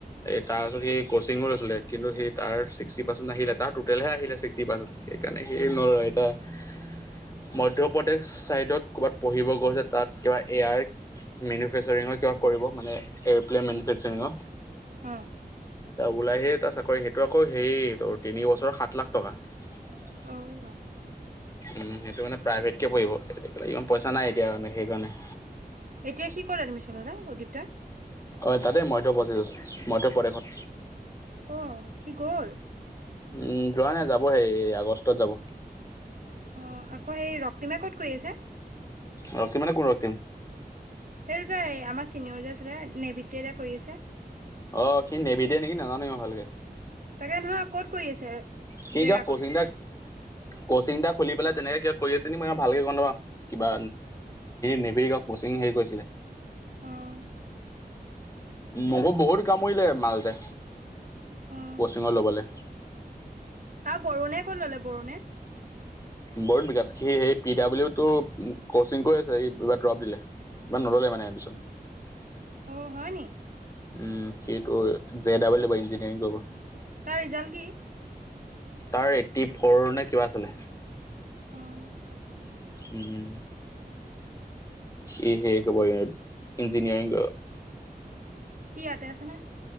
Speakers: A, on the left; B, on the right.
A: তাৰ ওচৰত সি কচিং লছিলে কিন্তু সি তাৰ চিকষ্টি পাৰ্চেণ্ট আহিলে তাৰ টোটেলেহে আহিলে ছিক্টি পাৰ্চেণ্ট। সেইকাৰণে সেই ন <unintelligible> মধ্যপ্ৰদেশ চাইডত ক'ৰবাত পঢ়িব গৈছে তাত কিবা এয়াৰ মেনুফেক্সাৰিঙৰ কিবা কৰিব মানে এয়াৰ'প্লেন মেনুফেক্সাৰিঙ।
B: অৱ।
A: ত ওলাই আহি তাৰ চাকৰি সেইটো আকৌই তোৰ তিনি বছৰ সাত লাখ টকা। <unintelligible>
B: অ ভাই।
A: উম সেইটো মানে প্ৰাইভেটকে পৰিব। ইমান পইচা নাই এতিয়া মানে সেইকাৰণে।
B: এতিয়া কি কৰে <unintelligible> উদীপ তই?
A: হয় তাতেই মধ্যপ্ৰদিশত, মধ্যপ্ৰদেশত।
B: অঁ সি গ'ল?
A: উম, যোৱা নাই যাব সে আগষ্টত যাব।
B: অঁ, আকৌ সেই ৰক্তিমে ক'ত কৰি আছে?
A: ৰক্তিম মানে কোন ৰক্তিম?
B: এইটো যে আমাৰ চিনিয়ৰ যে আছিলে, নেভিত যেতিয়া কৰি আছে।
A: অঁ' সি নিভিতে নেকি নাজানো ইমান ভালকে
B: তাকে ধৰা ক'ত কৰি আছে
A: সি
B: জেগাকন?
A: কিবা কচিং এটা কচিং এটা খুলি পেলাই তেনেকে কিবা কৰি আছে নি মই ভালকৈ গম নাপাওঁ। কিবা নেভিৰ কিবা কচিং কৰিছিলে।
B: অঁ।
A: উমঁ' মোকো বহুত কামুৰিলে মালতে।
B: অ'
A: কচিঙত ল'বলে।
B: আৰু বৰুণে ক'ত ল'লে বৰুণে?
A: বৰুণ বিকাশ সি সেই পি ডাব্লিউটো কচিং কৰি আছে, এইবাৰ ড্ৰপ দিলে। ইমান নল'লে মানে এডমিছন।
B: অঁ' হয় নি?
A: উম, সেইটো জে ডাবলব ইঞ্জিনিয়াৰিং কৰিব।
B: তাৰ ৰিজাল্ট কি?
A: তাৰ এইট্টি ফ'ৰ নে কিবা আছিলে।
B: অঁ।
A: উম উম। ই হেৰি কৰিব ইঞ্জনিয়াৰিং কৰিব।
B: কি ইয়াতে আছে নে?